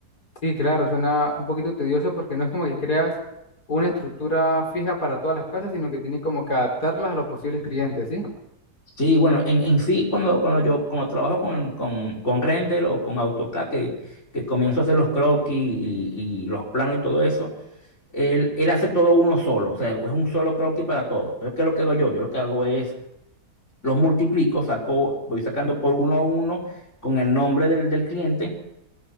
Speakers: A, on the left; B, on the left.
A: Sí, claro, suena un poquito tedioso porque no es como que creas una estructura fija para todas las casas, sino que tienes como que adaptarlas a los posibles clientes, ¿sí?
B: Sí, bueno, en, en sí, cuando, cuando yo cuando trabajo con, con, con Render o con AutoCAD, que, que comienzo a hacer los croquis y, y los planos y todo eso, él, él hace todo uno solo, o sea, es un solo croquis para todo. Entonces, ¿qué es lo que hago yo? Yo lo que hago es, los multiplico, saco, voy sacando por uno a uno con el nombre del, del cliente